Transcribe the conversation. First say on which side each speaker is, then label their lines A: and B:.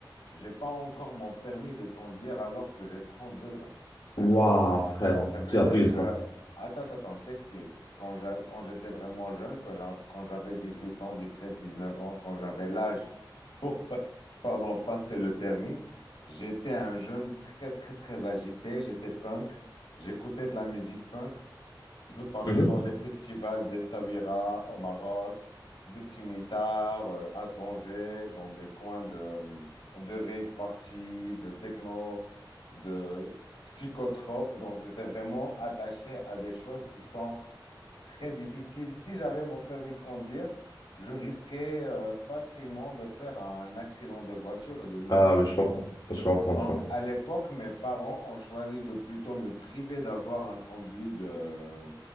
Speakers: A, on the left; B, on the left.
A: j'ai pas encore mon permis de conduire alors que j'ai 32 ans. D'accord?
B: Waouh, frère,
A: Ça veut
B: tu
A: dire
B: abuses
A: que,
B: là.
A: attends, attends, attends, je t'explique. Quand j'a- quand j'étais vraiment jeune, quand j'a- quand j'avais 18 ans, dix-sept, dix-neuf ans, quand j'avais l'âge pour, pa- pardon, passer le permis, j'étais un jeune très, très, très agité. J'étais punk. J'écoutais de la musique punk. Je partais
B: Mhm.
A: dans les festivals des Sabira au Maroc, de Timitar euh, à Tanger, dans des coins de, euh, de rave party, de techno, de psychotrope. Donc, j'étais vraiment attaché à des choses qui sont très difficiles. Si j'avais mon permis de conduire, je risquais euh, facilement de faire un accident de voiture et de mourir.
B: Ah oui, je comprends. Je comprends,
A: Donc,
B: je comprends.
A: à l'époque, mes parents ont choisi de plutôt me priver d'avoir un conduit de,